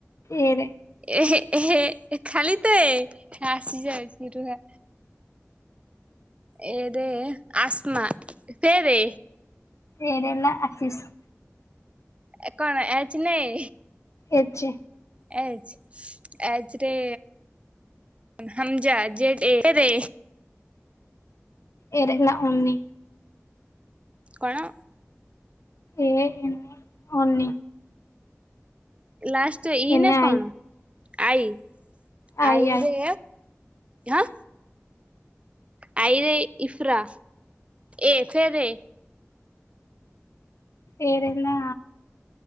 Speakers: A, on the left (about 75°); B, on the right (about 25°).
A: ଏ ରେ।
B: ଏ ଖାଲି ତ ଏ ଆସିଯାଉଛି ରୁହ। ଏ ରେ ଆସ୍ମା ତେ ରେ।
A: ଏ ରେ ହେଲା ଆଶିଷ।
B: ଏ କଣ ଏଚ୍ ନା ଏ।
A: ଏଚ୍।
B: ଏଚ୍ ଏଚ୍ ରେ। ହମଜା ଜେଡ ଏ ରେ।
A: ଏ ରେ ହେଲା ଅନି।
B: କଣ।
A: A N Ani.
B: Last E
A: ଏନେ
B: ନା କଣ
A: ଆଇ
B: ଆଈ
A: ଆଇ
B: ଆଈରେ?
A: ଆଇ
B: ହାଁ। ଆଇରେ ଇଫ୍ରା ଏ ଫେରେ।
A: ଏ ରେ ନା।